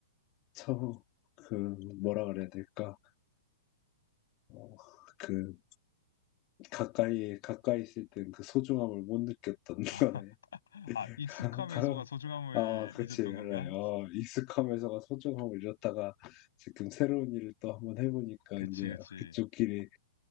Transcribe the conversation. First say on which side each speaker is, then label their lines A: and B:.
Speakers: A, on the left; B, on the left.
A: 처음 그 뭐라 그래야 될까? 어, 그 가까이 가까이 있을 땐 그 소중함을 못 느꼈던
B: <laughs>
A: <laughs>
B: 아,
A: 거네.
B: 아, 익숙함의
A: 가, 가,
B: 소가 소중함을
A: 아, 그치,
B: 잊었던
A: 그래.
B: 건가?
A: 어, 익숙하면서가 소중함을 잃었다가 지금 새로운 일을 또 한번 해보니까
B: 그치,
A: 이제
B: 그치.
A: 그쪽 길이,